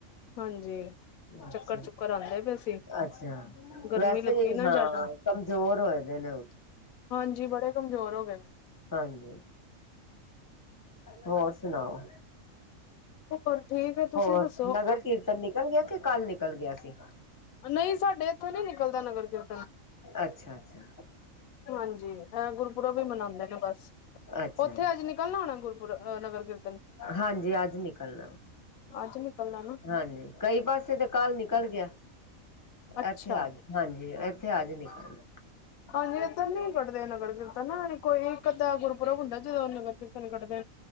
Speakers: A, on the left; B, on the left.
A: ਹਾਂਜੀ
B: ਅੱਛਾ,
A: ਚੱਕਰ ਚੁੱਕਰ ਆਉਂਦੇ ਪਏ ਸੀ
B: ਅੱਛਾ!
A: ਗਰਮੀ
B: ਵੈਸੇ,
A: ਲੱਗੀ ਨਾ
B: ਹਾਂ!
A: ਜ਼ਿਆਦਾ
B: ਕਮਜ਼ੋਰ ਹੋਏ ਦੇਆ। ਹੈਲੋ!
A: ਹਾਂਜੀ ਬੜੇ ਕਮਜ਼ੋਰ ਹੋ ਗਏ ਨੇ
B: ਹਾਂਜੀ। ਹੋਰ, ਸੁਣਾਓ?
A: ਹੋਰ ਠੀਕ ਏ। ਤੁਸੀਂ
B: ਹੋਰ
A: ਦੱਸੋ?
B: ਨਗਰ ਕੀਰਤਨ ਨਿਕਲ ਗਿਆ ਕਿ ਕੱਲ ਨਿਕਲ ਗਿਆ ਸੀ
A: ਨਹੀਂ, ਸਾਡੇ ਇੱਥੋਂ ਨੀ ਨਿਕਲਦਾ ਨਗਰ ਕਿਰ
B: ਅੱਛਾ ਅੱਛਾ
A: ਹਾਂਜੀ। ਇਹ ਗੁਰਪੁਰਬ ਈ, ਮਨਾਉਂਦੇ ਨੇ ਬਸ!
B: ਅੱਛਾ
A: ਉੱਥੇ, ਅੱਜ ਨਿਕਲਣਾ ਹੋਣਾ ਗੁਰਪੁਰ, ਆਂ, ਨਗਰ ਕੀਰ
B: ਹਾਂਜੀ। ਅੱਜ ਨਿਕਲਣਾ।
A: ਅੱਜ ਨਿਕਲਣਾ ਨਾ
B: ਹਾਂਜੀ! ਕਈ ਪਾਸੇ ਤੇ ਕੱਲ ਨਿਕਲ ਗਿਆ,
A: ਅੱਛਾ
B: ਐਥੇ ਆਜ ਹਾਂਜੀ। ਐਥੇ ਆਜ ਨਿਕਲ
A: ਹਾਂਜੀ, ਇੱਧਰ ਨੀ ਕੱਢਦੇ ਨਗਰ ਕੀਰਤਨ, ਕੋਈ ਇੱਕ-ਅੱਧਾ ਗੁਰਪੁਰਬ ਹੁੰਦਾ, ਜਦੋਂ ਨਗਰ- ਕੀਰਤਨ ਕੱਢ <inaudible>